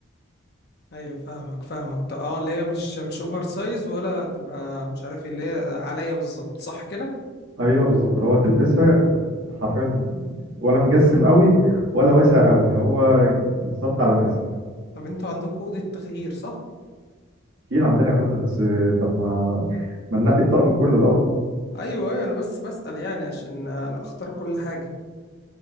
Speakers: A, on the left; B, on the right.
A: ايوه فاهمك فاهمك طب اه اللي هي مش مش اوفر سايز ولا تبقى مش عارف ايه اللي هي عليا بالظبط صح كده
B: ايوه بالظبط لو هتلبسها حرفيا ولا مجسم قوي ولا واسع قوي هو بالظبط على مقاسك
A: طب انتوا عندكم اوضه تغيير صح
B: اكيد عندنا يا فندم بس آه، طب ما ما ننقي الطقم كله الاول
A: ايوه ايوه انا بس بسأل يعني عشان آه، انا اختار كل حاجه